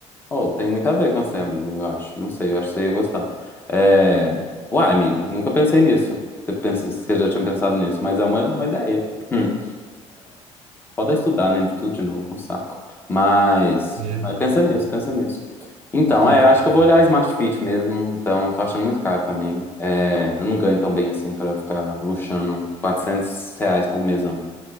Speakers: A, on the left; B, on the right.
A: Oh, tem muito a ver com você, amigo, eu acho. Não sei, eu acho que você ia gostar. É... Uai, amigo, nunca pensei nisso. Você, pensa... você já tinha pensado nisso, mas é uma, uma ideia. Hum. Foda estudar, né? De tudo de novo, um saco. Mas...
B: É mesmo.
A: mas pensa nisso, pensa nisso. Então,
B: Entrar
A: é,
B: na faculdade.
A: acho que eu vou olhar a Smart Fit mesmo. Então, eu tô achando muito caro também. É, eu não ganho tão bem assim pra ficar luxando 400 reais por mesão.